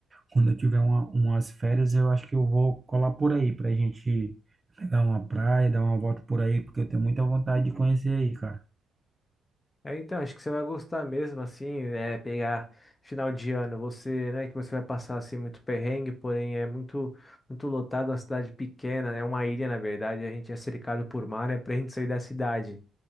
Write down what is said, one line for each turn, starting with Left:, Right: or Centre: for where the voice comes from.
Right: quando eu tiver uma, umas férias, eu acho que eu vou colar por aí pra gente pegar uma praia, dar uma volta por aí, porque eu tenho muita vontade de conhecer aí, cara.
Left: É, então, acho que você vai gostar mesmo, assim, é pegar final de ano, você, né, que você vai passar, assim, muito perrengue, porém é muito, muito lotado, uma cidade pequena, é uma ilha, na verdade, a gente é cercado por mar, é pra gente sair da cidade.